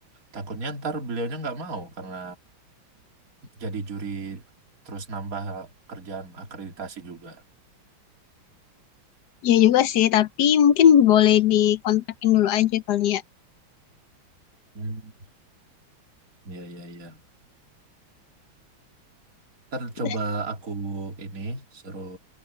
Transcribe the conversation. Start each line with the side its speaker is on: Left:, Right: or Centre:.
Right: Takutnya ntar beliaunya nggak mau karena jadi juri terus nambah kerjaan akreditasi juga.
Left: ya juga sih, tapi mungkin boleh dikontakin dulu aja kali ya.
Right: Hmm. Iya, iya, iya. Ntar
Left: Dan,
Right: coba aku ini suruh